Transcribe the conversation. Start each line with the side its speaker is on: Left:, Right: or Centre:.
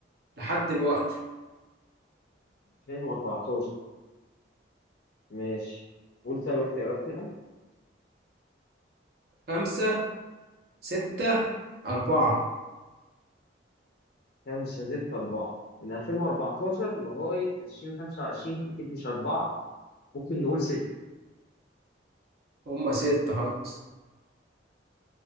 Right: لحد دلوقتي
Left: 2014 ماشي قول طيب اختيارات كده
Right: خمسة ستة أربعة
Left: كام مش هزيد أربعة من 2014 لغاية 2025 أكيد مش أربعة ممكن نقول ستة
Right: هما ستة حصل